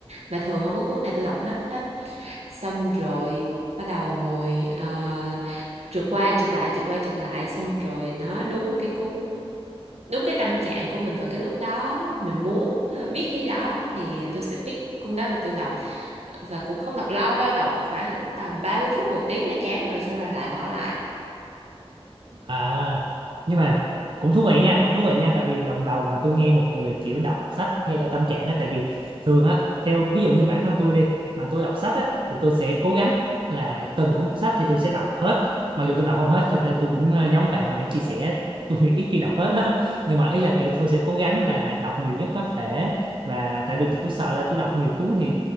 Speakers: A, on the right (about 85°); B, on the right (about 50°).
A: mà thường không có cuốn nào tôi đọc hết hết xong rồi bắt đầu ngồi ờ, trượt qua trượt lại trượt qua trượt lại xong rồi nó đúng một cái cuốn đúng cái tâm trạng của mình vào cái lúc đó mình muốn ờ, biết cái đó thì tôi sẽ pick cuốn đó và tôi đọc và cũng không đọc lâu đâu đọc khoảng tầm 30 phút một tiếng là chán rồi xong là lại bỏ lại
B: À, nhưng mà cũng thú vị nha, thú vị nha tại vì lần đầu mà tôi nghe một người kiểu đọc sách theo tâm trạng á tại vì thường á theo ví dụ như bản thân tôi đi mà tôi đọc sách á thì tôi sẽ cố gắng là từng cuốn sách thì tôi sẽ đọc hết. Mặc dù tôi đọc không hết, thực ra tôi cũng ờ, giống bạn hồi nãy chia sẻ, tôi <laughs> ít khi đọc hết lắm. Nhưng mà ý là kiểu tôi sẽ cố gắng là đọc nhiều nhất có thể và tại vì tôi sợ là tôi đọc nhiều cuốn thì